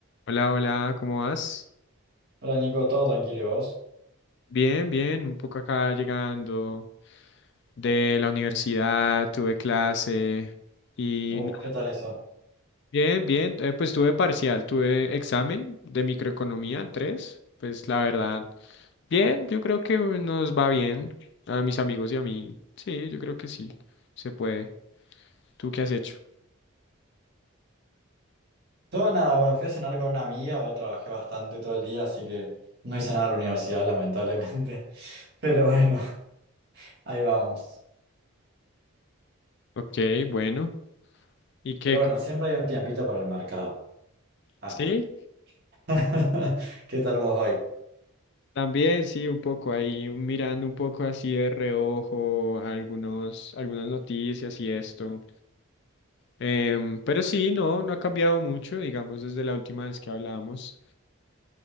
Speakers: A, on the left; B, on the right.
A: Hola, hola, ¿cómo vas?
B: Hola Nico, todo tranquilo, ¿y vos?
A: Bien, bien, un poco acá llegando de la universidad, tuve clase y
B: Uf,
A: nada,
B: ¿qué tal eso?
A: bien, bien, eh, pues tuve parcial, tuve examen de microeconomía tres pues la verdad, bien, yo creo que nos va bien a mis amigos y a mí, sí, yo creo que sí, se puede. ¿Tú qué has hecho?
B: Yo nada, bueno, fui a cenar con una amiga, hoy trabajé bastante todo el día, así que no hice nada de la universidad, lamentablemente. <laughs> Pero bueno, <laughs> ahí vamos.
A: Ok, bueno, ¿y qué,
B: Pero bueno,
A: cómo,
B: siempre hay un
A: eh,
B: tiempito para el mercado. Ah.
A: sí,
B: <laughs> ¿Qué tal vos hoy?
A: También sí, un poco ahí mirando un poco así de reojo algunos, algunas noticias y esto. Em, pero sí, no, no ha cambiado mucho, digamos, desde la última vez que hablamos.